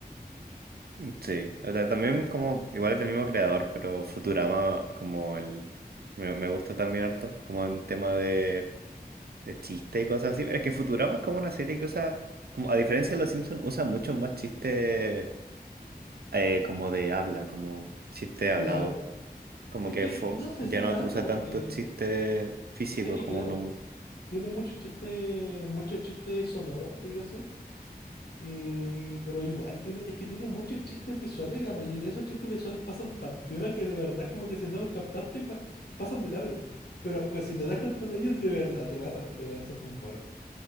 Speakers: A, on the right; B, on the left.
A: Mm, Sí, o sea, también como, igual es el mismo creador, pero Futurama como el, me, me gusta también harto, como en tema de, de chiste y cosas así. Es que Futurama es como una serie que usa, como a diferencia de Los Simpsons, usa mucho más chiste eh, como de habla, como chiste hablado.
B: Claro.
A: Como
B: Es
A: que
B: que
A: fo-
B: no sé
A: ya
B: si
A: no
B: tanto
A: usa
B: porque.
A: tanto chiste físico
B: Es que,
A: como
B: claro,
A: no...
B: tiene muchos chistes, muchos chistes sonoros, dígase Eh, pero igual tiene, es que tiene muchos chistes visuales y la mayoría de esos chistes visuales pasan tan piola que de verdad como que si no los captaste pa- pasan de largo. Pero pues, si te das cuenta de ellos, de verdad te matan, de verdad son muy buenos.